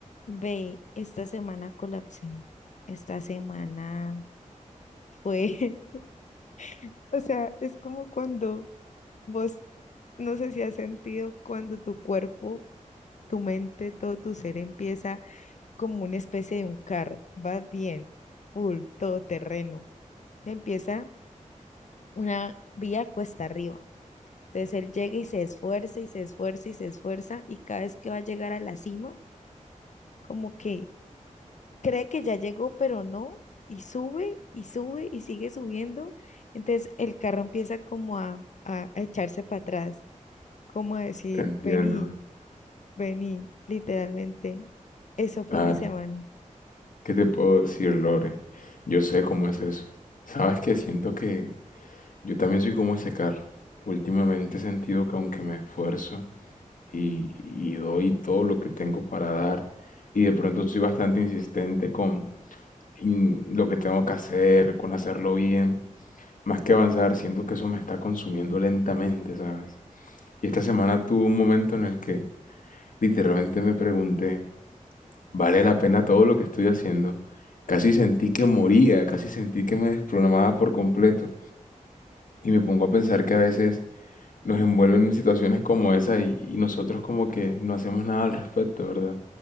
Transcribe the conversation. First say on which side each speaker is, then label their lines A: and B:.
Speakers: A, on the left; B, on the left.
A: Ve, esta semana colapsé. Esta semana fue, <laughs> o sea, es como cuando vos, no sé si has sentido cuando tu cuerpo, tu mente, todo tu ser empieza como una especie de un carro, va bien, full, todoterreno. Te empieza una vía cuesta arriba. Entonces él llega y se esfuerza y se esfuerza y se esfuerza y cada vez que va a llegar a la cima, como que cree que ya llegó, pero no, y sube y sube y sigue subiendo. Entonces el carro empieza como a, a, a echarse para atrás, como a decir,
B: Te entiendo.
A: vení, vení, literalmente. Eso fue
B: Ay,
A: mi semana.
B: ¿qué te puedo decir, Lore? Yo sé cómo es eso. Sabes que siento que yo también soy como ese carro. Últimamente he sentido que aunque me esfuerzo y, y doy todo lo que tengo para dar, y de pronto soy bastante insistente con in- lo que tengo que hacer, con hacerlo bien, más que avanzar, siento que eso me está consumiendo lentamente, ¿sabes? Y esta semana tuve un momento en el que literalmente me pregunté, Vale la pena todo lo que estoy haciendo. Casi sentí que moría, casi sentí que me desprogramaba por completo. Y me pongo a pensar que a veces nos envuelven en situaciones como esa y, y nosotros como que no hacemos nada al respecto, ¿verdad?